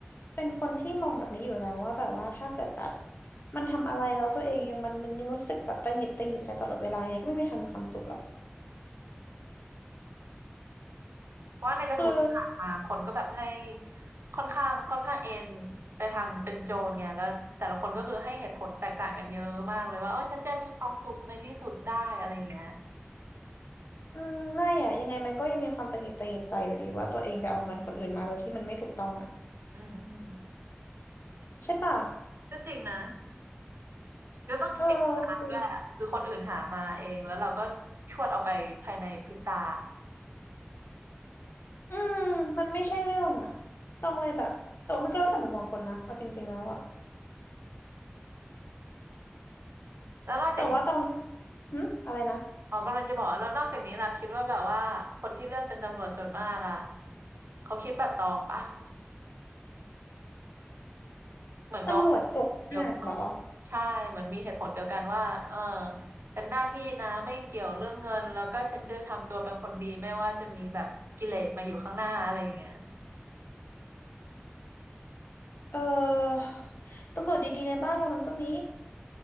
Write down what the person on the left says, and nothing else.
เป็นคนที่มองแบบนี้อยู่แล้วว่าแบบว่าถ้าเกิดแบบมันทำอะไรแล้วตัวเองยังมันมันยังรู้สึกแบบตังหงิดตังหงิดใจตลอดเวลายังไงก็ไม่มีทางมีความสุขหรอก
คือ
อืมไม่อะยังไงมันก็ยังมีความตังหงิดตังหงิดใจอยู่ดีว่าตัวเองไปเอาเงินคนอื่นมาโดยที่มันไม่ถูกต้องอะ
ใช่ปะ
เออคืออืมมันไม่ใช่เรื่องอะตองเลยแบบแต่ว่ามันก็แล้วแต่มุมมองคนนะเอาจริงๆแล้วอะ
แต่ว่าตองหึอะไรนะ
ตำรวจส่วนมากเหรอ
เออตำรวจดีๆในบ้านเรามันก็มี